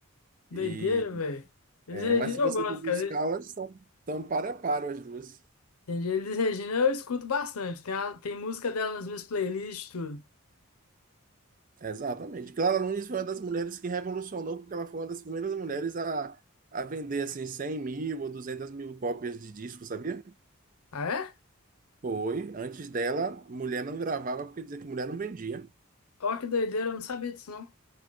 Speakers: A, on the left; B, on the right.
A: Doideira,
B: E,
A: velho. Eles
B: é,
A: Regina
B: mas se você
A: eu gosto,
B: for buscar,
A: cara.
B: elas são tão par a par as duas.
A: Entendi. Eles Regina eu escuto bastante. Tem, a- tem música delas nas minhas playlists, e tudo.
B: Exatamente. Clara Nunes foi uma das mulheres que revolucionou, porque ela foi uma das primeiras mulheres a, a vender assim 100 mil ou 200 mil cópias de disco, sabia?
A: Ah, é?
B: Foi. Antes dela, mulher não gravava porque dizia que mulher não vendia.
A: Ó, que doideira, eu não sabia disso, não.